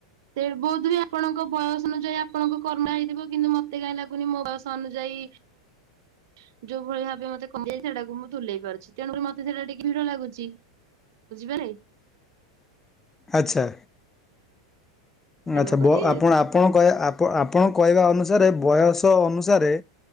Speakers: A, on the right (about 60°); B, on the left (about 15°).
A: ସେ ବଧ ହୁଏ ଆପଣଙ୍କ ବୟସ ଅନୁଯାୟୀ ଆପଣଙ୍କ କରୁନା ହେଇଥିବ କିନ୍ତୁ ମତେ କାହିଁ ଲାଗୁନି ମୋ ବୟସ ଅନୁଯାୟୀ ହ <inaudible> ଯୋଉ ଭଳି ଭାବେ ମତେ କମଯାଇ ସେଟାକୁ ମୁଁ ତୁଲେଇ ପାରୁଛି ତେଣୁକରି ମତେ ସେଇଟା ଟିକେ ଭିଡ ଲାଗୁଛି। ବୁଝିପାରେ।
B: ଆଚ୍ଛା।
A: ତେଣୁକରି
B: ଆଚ୍ଛା ବ ଆପଣ ଆପଣ କହେ। ଆପଣଙ୍କ କହିବା ଅନୁସାରେ ବୟସ ଅନୁସାରେ।